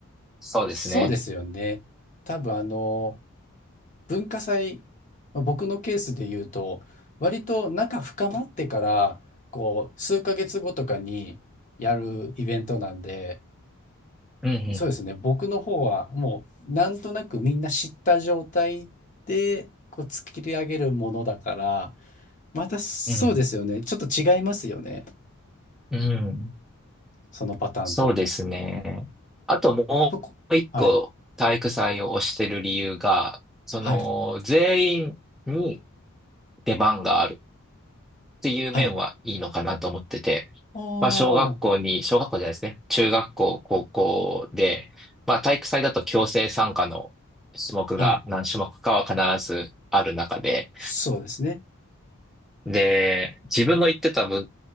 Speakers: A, in the centre; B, on the left.
A: そうですね。
B: そうですよね。多分あの、文化祭、まあ僕のケースで言うと、割と仲深まってから、こう、数ヶ月後とかにやるイベントなんで、
A: うん、
B: そうですね、僕の方はもう、なんとなくみんな知った状態で、こう、作り上げるものだから、またそうですよね。
A: うん、
B: ちょっと違いますよね。
A: うん、うん。
B: そのパターンと。
A: そうですね。あともう一個体育祭を推してる理由が、
B: そこ。はい。
A: その全員に
B: はい。
A: 出番があるっていう面はいいのかなと思ってて、
B: はい。おー。
A: まあ小学校に、小学校じゃないですね。中学校、高校で、まあ体育祭だと強制参加の種目が何種目かは必ずある中で、
B: はい。そうですね。
A: で、自分の行ってた文、